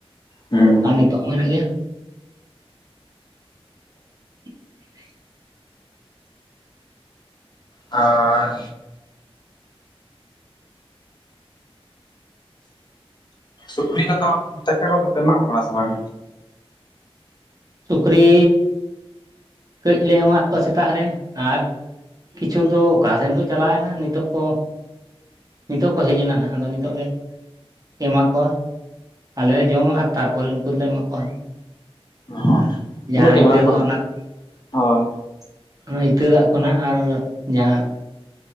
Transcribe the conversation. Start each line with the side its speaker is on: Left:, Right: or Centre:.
Left: ᱦᱩᱸ
Right: ᱟᱨ ᱱᱤᱛᱚᱜ ᱦᱚᱸ ᱦᱮᱱᱟᱜ ᱜᱮᱭᱟ᱾ <unintelligible>
Left: ᱟᱨ ᱥᱩᱠᱨᱤ ᱠᱚᱫᱚ ᱫᱟᱠᱟ ᱠᱚᱫᱚ ᱯᱮ ᱮᱢᱟ ᱠᱚ ᱠᱟᱱᱟ ᱥᱮ ᱵᱟᱝ
Right: ᱥᱩᱠᱨᱤ ᱠᱟᱹᱡ ᱞᱮ ᱮᱢᱟᱫ ᱠᱚᱣᱟ ᱥᱮᱛᱟᱜ ᱨᱮ ᱟᱨ ᱠᱤᱪᱷᱩ ᱫᱚ ᱚᱠᱟ ᱥᱮᱱ ᱠᱚ ᱪᱟᱞᱟᱣᱮᱱᱟ ᱱᱤᱛᱚᱜ ᱠᱚ ᱱᱤᱛᱚᱜ ᱠᱚ ᱦᱮᱡ ᱮᱱᱟ ᱱᱟᱜ ᱟᱫᱚ ᱱᱤᱛᱚᱜ ᱞᱮ ᱮᱢᱟ ᱠᱚᱣᱟ ᱟᱞᱮᱞ ᱞᱮ ᱡᱚᱢᱟᱜ-ᱟ ᱛᱟᱨᱯᱚᱨᱮ ᱱᱩᱠᱩ ᱫᱚᱞᱮ ᱮᱢᱟ ᱠᱚᱣᱟ ᱦᱟᱜ
Left: ᱚ
Right: ᱡᱟᱦᱟᱸ
Left: ᱛᱤᱱᱟᱹᱜ ᱴᱤ
Right: ᱤᱛᱟᱹᱫᱚᱜ
Left: ᱢᱮᱱᱟᱜ ᱠᱚᱣᱟ
Right: ᱚᱱᱟ---ᱚᱱᱟ
Left: ᱦᱳᱭ
Right: ᱤᱛᱟᱹ ᱫᱟᱜ ᱠᱚ ᱱᱟᱦᱟᱜ ᱟᱨ ᱡᱟᱦᱟᱸ